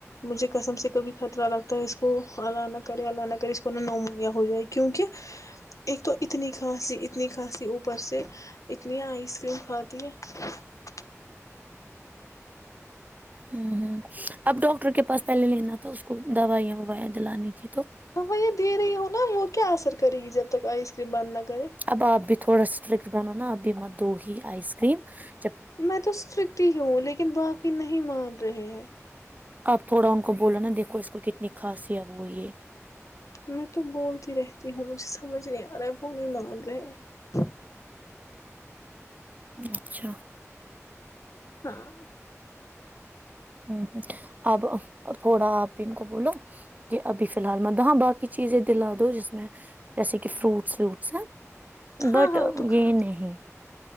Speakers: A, on the left; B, on the right.
A: مجھے کسم سے کبھی خطرہ لگتا ہے اس کو الہ نہ کرے ا نہ کرے اس کو نہ نومونیا ہو جائے کیونکہ ایک تو اتنی کھانسی اتنی کھانسی اوپر سے <unintelligible> اتنی آئس کریم کھاتی ہیں <unintelligible>
B: ہوں ہوں اب ڈاکٹر کے پاس پہلے لینا تھا اس کو دوائیاں وائیاں دلانی تھی تو
A: تو میں یہ دے رہی ہوں نا وہ کیا اثر کرے گی جب تک <unintelligible> تو آئس کریم بند نہ کرے <unintelligible>
B: اب آپ بھی تھوڑا سٹرکٹ بنو نا آب ما د دو ہیی آئس کررییم <unintelligible>
A: میں تو اسٹرکٹ ہی ہوں لیکن باقی نہیں مان رہے ہیں <unintelligible>
B: آپ تھوڑا ان کو بولاو نا دیکھو اس کو کتنی خاص وہ یہ <unintelligible>
A: میں تو بولتی رہتی ہوں مجھے سمجھ نہیں آ رہا ہے وہ نہیں مان رہے <unintelligible>
B: اچھا <unintelligible>
A: ہاں <inaudible>
B: ہ ہ اب تھوڑا آپ ان کو بولو کہ ابھی فی الحال م ہاں باقی چیزیں دلا دو جس میں جیسے کہ فروٹس ووٹس ہیں <unintelligible>
A: ہاں
B: بٹ
A: ہاں وہ تو کھاتے
B: یہ نہیں <unintelligible>